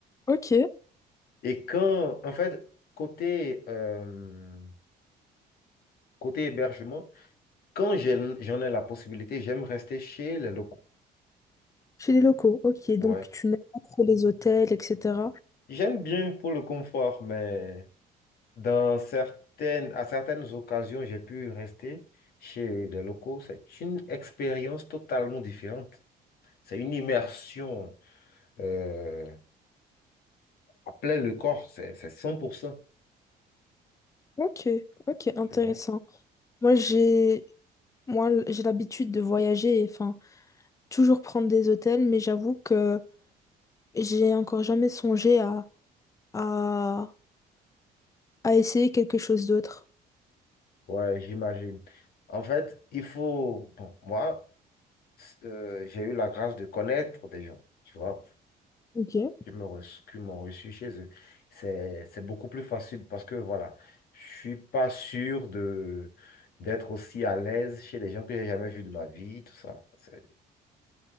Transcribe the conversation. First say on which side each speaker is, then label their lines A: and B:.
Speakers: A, on the left (about 20°); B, on the left (about 65°).
A: ok.
B: Et quand, en fait, côté, euh, côté hébergement, quand j'ai- j'en ai la possibilité, j'aime rester chez les locaux.
A: Chez les locaux, ok.
B: Ouais.
A: Donc tu n'aimes pas trop les hôtels, etc.
B: J'aime bien pour le confort, mais dans certaines, à certaines occasions, j'ai pu rester chez les locaux. C'est une expérience totalement différente. C'est une immersion euh, à plein le corps. C'est, c'est cent. pour cent,
A: Ok, ok, intéressant.
B: tu vois.
A: Moi j'ai moi l- j'ai l'habitude de voyager et enfin toujours prendre des hôtels, mais j'avoue que j'ai encore jamais songé à, à, à essayer quelque chose d'autre.
B: Ouais, j'imagine. En fait, il faut, bon, moi, euh, j'ai eu la grâce de connaître des gens, tu vois,
A: Ok.
B: qui me reç- qui m'ont reçu chez eux. C'est, c'est beaucoup plus facile parce que, voilà, je suis pas sûr de, d'être aussi à l'aise chez des gens que j'ai jamais vus de ma vie, tout ça. C'est-